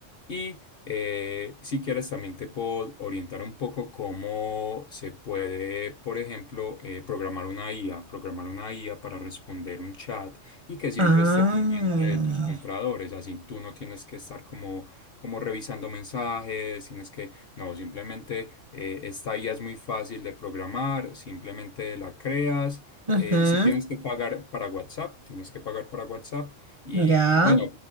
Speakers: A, on the left (about 55°); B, on the right (about 40°).
A: Y eh, si quieres, también te puedo orientar un poco cómo se puede, por ejemplo, eh, programar una IA, programar una IA para responder un chat y que siempre
B: Ah.
A: esté pendiente de tus compradores. Así tú no tienes que estar como, como revisando mensajes, tienes que, no, simplemente eh, esta IA es muy fácil de programar, simplemente la creas.
B: ujú,
A: Eh, si tienes que pagar para WhatsApp, tienes que pagar para WhatsApp. Y
B: Ya.
A: bueno,